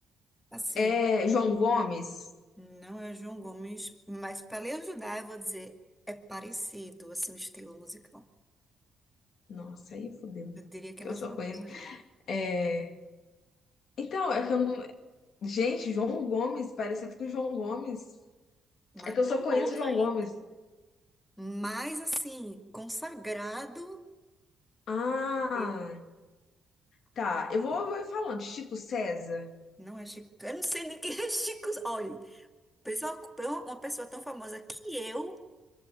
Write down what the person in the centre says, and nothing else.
assim,
não é João Gomes, mas para lhe ajudar, eu vou dizer, é parecido assim o estilo musical.
Eu diria que
é
mais
famoso
ainda.
Mais
famoso
ainda.
Mais assim, consagrado.
Eu-
Não é Chico. Eu não sei nem quem é Chico. Olha, pessoa- uma pessoa tão famosa que eu,